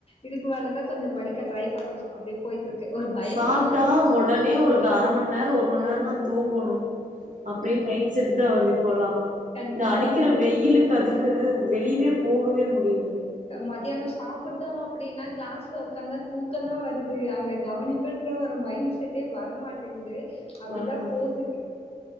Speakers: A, on the left; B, on the right.
A: இதுக்கு மேலதான் கொஞ்சோ படிக்க ட்ரை பண்ணணும் அப்டி போயிட் இருக்கு ஒரு பயம்
B: சாப்ட்டா
A: வரல
B: உடனே ஒரு அர மணி நேரம் ஒரு மணி நேரம்னா தூங்கணும் அப்டின்னு மைண்ட் செட் தான் வருது இப்போல்லாம்
A: கண்டிப்பா
B: இந்த அடிக்கிற வெயிலுக்கு அதுக்கு வெளியவே போகவே முடியல
A: மத்தியானம் சாப்ட்டோம் அப்டின்னா கிளாஸ்ல உக்காந்தா தூக்கம் தான் வருது அங்க கவனி இருக்குன்ற ஒரு மைண்ட் செட்டே வரமாட்டேங்குது அப்டிதா
B: வரமாட்டிங்
A: போகு